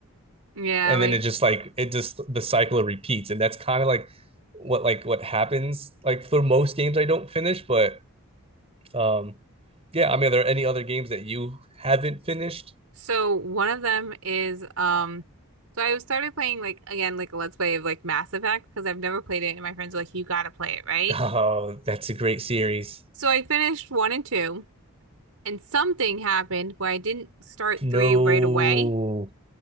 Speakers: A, on the right; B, on the right.
A: Yeah,
B: And
A: like
B: then it just like it just the cycle repeats. And that's kind of like what like what happens like for most games I don't finish, but um yeah, I mean, are there any other games that you haven't finished?
A: so one of them is um so I started playing like again like a let's play of like Mass Effect because I've never played it and my friends are like, you gotta play it, right?
B: Oh, that's a great series.
A: So I finished one and two. And something happened where I didn't start
B: No.
A: three right away,